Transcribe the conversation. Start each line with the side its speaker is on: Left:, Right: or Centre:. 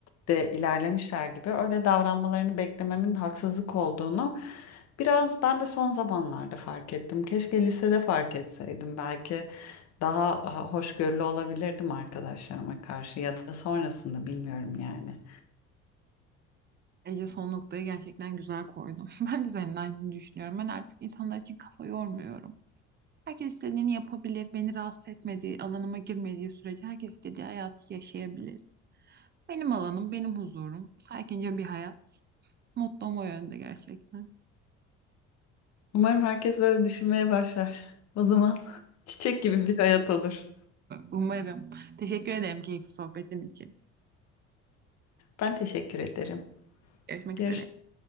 Left: de ilerlemişler gibi öyle davranmalarını beklememin haksızlık olduğunu biraz ben de son zamanlarda fark ettim. Keşke lisede fark etseydim belki. Daha hoşgörülü olabilirdim arkadaşlarıma karşı ya da sonrasında bilmiyorum yani.
Right: Ece son noktayı gerçekten güzel koydum. <laughs> Ben de senin aynı düşünüyorum. Ben artık insanlar için kafa yormuyorum. Herkes istediğini yapabilir, beni rahatsız etmediği, alanıma girmediği sürece herkes istediği hayatı yaşayabilir. Benim alanım, benim huzurum, sakince bir hayat. Mutlu o yönde gerçekten.
Left: Umarım herkes böyle düşünmeye başlar. O zaman <laughs> çiçek gibi bir hayat olur.
Right: Umarım. Teşekkür ederim keyifli sohbetin için.
Left: Ben teşekkür ederim.
Right: Görüşmek
Left: Görüşürüz.
Right: üzere.